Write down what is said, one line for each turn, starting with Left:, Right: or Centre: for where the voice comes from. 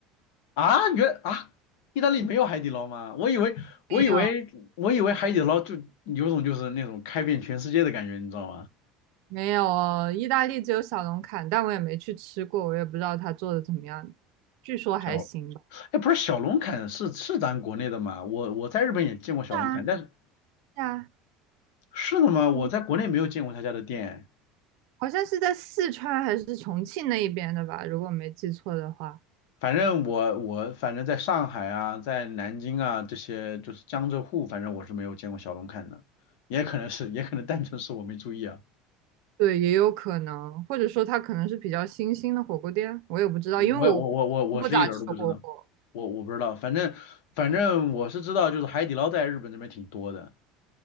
Left: 啊，原啊，意大利没有海底捞吗？我以为我以为我以为海底捞就有种就是那种开遍全世界的感觉，
Right: 没有
Left: 你知道吗？
Right: 没有，意大利只有小龙坎，但我也没去吃过，我也不知道它做的怎么样，据说还行吧。
Left: 小，哎，不是小龙坎是是咱国内的嘛？我我在日本也见过小龙坎，
Right: 是啊，是
Left: 但是
Right: 啊，
Left: 是的吗？我在国内没有见过他家的店。
Right: 嗯好像是在四川还是重庆那一边的吧，如果我没记错的话。
Left: 反正我我反正在上海啊，在南京啊这些就是江浙沪，反正我是没有见过小龙坎的，也可能是也可能单纯是我没注意啊。
Right: 对，也有可能，或者说它可能是比较新兴的火锅店，我也不知道，
Left: 嗯我也我我我我是一点儿都不知道，
Right: 因为我不咋吃火锅
Left: 我我不知道，反正反正我是知道，就是海底捞在日本这边挺多的，